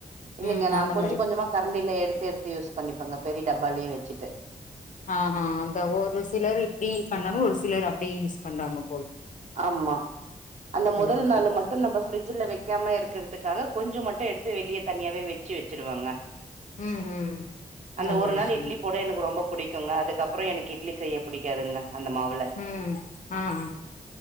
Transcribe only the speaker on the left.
ம்
அந்த
மாரி
ஆஹ்ஹ அந்த ஒரு சிலரு இப்டி பண்ணவு ஒரு சிலர் அப்டியே யூஸ் பண்றாங்கோ
அத
பத்தி
ம் ம்
நல்ல
விஷயங்க
உம் ஆஹ்ஹ